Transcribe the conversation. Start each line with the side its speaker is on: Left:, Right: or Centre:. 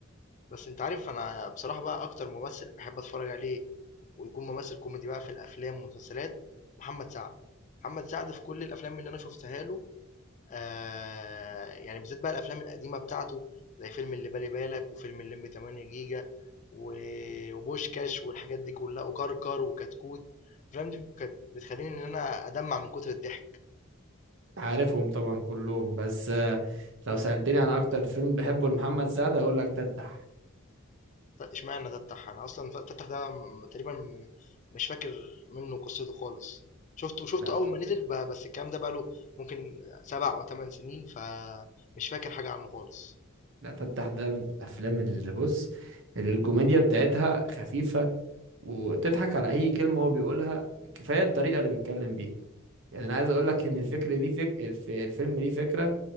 Left: بس أنت عارف أنا بصراحة بقى أكتر ممثل بحب أتفرج عليه ويكون ممثل كوميدي بقى في الأفلام والمسلسلات محمد سعد محمد سعد في كل الأفلام اللي أنا شفتها له آه يعني بالذات بقى الأفلام القديمة بتاعته زي فيلم اللي بالي بالك وفيلم الليمبي 8 جيجا و- وبوشكاش والحاجات دي كلها وكركر وكتكوت الأفلام دي كانت بتخليني إن أنا أدمع من كتر الضحك
Right: عارفهم طبعا كلهم بس آه، لو سألتني عن أكتر فيلم بحبه لمحمد سعد هقول لك تتح
Left: لا اشمعنى تفتح انا اصلا ف- تفتح ده م- تقريبا م- مش فاكر منه قصته خالص شفته شفته
Right: لا
Left: اول
Right: ت-
Left: ما نزل ب- بس الكلام ده بقاله ممكن سبع او ثمان سنين فمش فاكر حاجه عنه خالص
Right: لا تتح ده من الأفلام اللي بص اللي الكوميديا بتاعتها خفيفة وتضحك على أي كلمة هو بيقولها كفاية الطريقة اللي بيتكلم بيها يعني أنا عايز أقول لك إن الفكرة دي فك... الف- الفيلم ليه فكرة